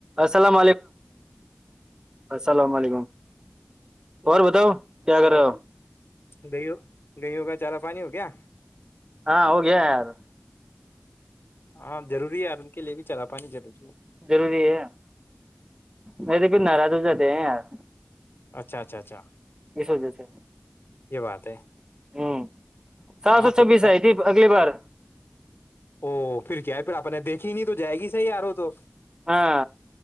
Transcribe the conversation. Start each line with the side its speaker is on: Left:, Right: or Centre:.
Right: السلام علیکم السلام علیکم اور بتاؤ کیا کر
Left: او
Right: رہے ہو
Left: گئی ہو گئی ہو کا چالا پانی ہو گ کیا
Right: ہاں ہو گیا یار
Left: ہاں ضوری ہے یار ان کے لیے بھی چلا پانی ضروری ہے
Right: ضروری ہے نہیں تو پھر ناراض ہو جاتے ہیں یار
Left: اچھا اچھا اچھا
Right: اس وجہ سے
Left: یہ بات ہے
Right: ہاں سار
Left: ہاں
Right: سو چھبیس
Left: تو پھر کن-
Right: ہے تھی اگلی بار
Left: او پھر کیا ہے پھر آپ نے دیکھی نہیں تو جائے گی صحیح یارو تو
Right: ہاں